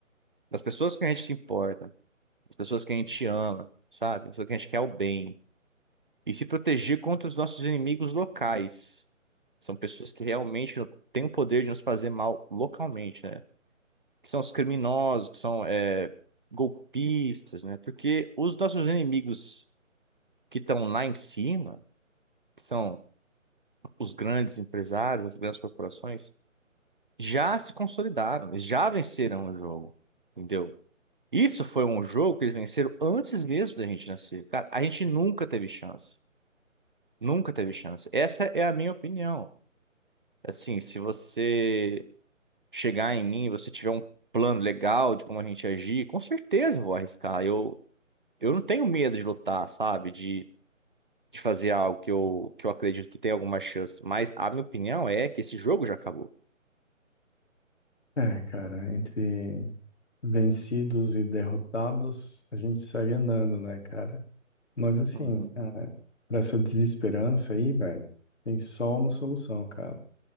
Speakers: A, on the right; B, on the left.
A: das pessoas que a gente se importa, das pessoas que a gente ama, sabe? Das pessoas que a gente quer o bem. E se proteger contra os nossos inimigos locais. São pessoas que realmente no- têm o poder de nos fazer mal localmente, né? Que são os criminosos, que são é, golpistas, né? Porque os nossos inimigos que estão lá em cima, que são os grandes empresários, as grandes corporações, já se consolidaram, eles já venceram o jogo, entendeu? Isso foi um jogo que eles venceram antes mesmo da gente nascer. Cara, a gente nunca teve chance. Nunca teve chance. Essa é a minha opinião. Assim, se você chegar em mim, você tiver um plano legal de como a gente agir, com certeza eu vou arriscar. Eu, eu não tenho medo de lutar, sabe? De, de fazer algo que eu, que eu acredito que tem alguma chance. Mas a minha opinião é que esse jogo já acabou.
B: É, é, cara, entre. vencidos e derrotados, a gente segue andando, né, cara? Mas assim,
A: Uhum.
B: ah, pra essa desesperança aí, velho, tem só uma solução, cara.